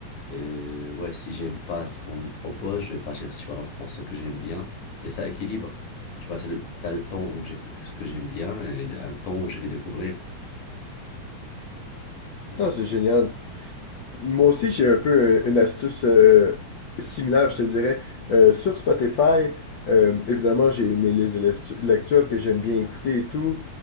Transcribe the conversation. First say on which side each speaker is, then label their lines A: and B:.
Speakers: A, on the left; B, on the left.
A: et ouais, si j'aime pas ce qu'on me propose, je vais partir sur un autre morceau que j'aime bien. Et ça équilibre. Tu vois, t'as le, t'as le temps où j'écoute ce que j'aime bien et un temps où je vais découvrir. Mhm.
B: Ah, c'est génial. Moi aussi, j'ai un peu euh, une astuce euh, similaire, je te dirais. Euh, sur Spotify, euh, évidemment, j'ai mes listes de lestu- lecture que j'aime bien écouter et tout.